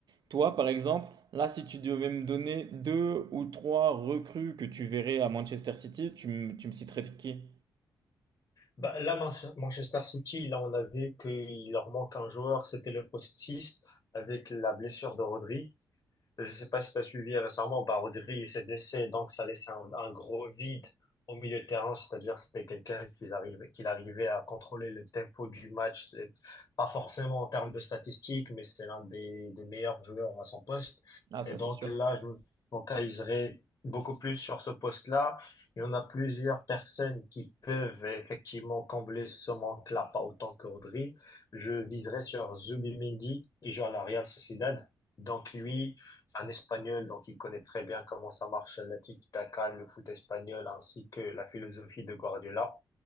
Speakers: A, on the right; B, on the left.
A: Toi, par exemple, là, si tu devais me donner deux ou trois recrues que tu verrais à Manchester City, tu, me- tu me citerais qui?
B: Bah, là, Man- Manchester City, là, on a vu qu'il leur manque un joueur, c'était le poste 6, avec la blessure de Rodri. Je sais pas si tu as suivi récemment, bah, Rodri s'est blessé, donc ça laissait un, un gros vide au milieu de terrain, c'est-à-dire c'était quelqu'un qui arrivait, qui arrivait à contrôler le tempo du match, C'est pas forcément en termes de statistiques, mais c'est l'un des, des meilleurs joueurs à son poste.
A: Ah, ça,
B: Et donc
A: c'est sûr.
B: là, je me focaliserai beaucoup plus sur ce poste-là. Il y en a plusieurs personnes qui peuvent effectivement combler ce manque-là, pas autant que Rodri. Je viserai sur Zubimendi, il joue à la Real Sociedad. Donc lui, c'est un Espagnol, donc il connaît très bien comment ça marche la tiki-taka, le foot espagnol, ainsi que la philosophie de Guardiola.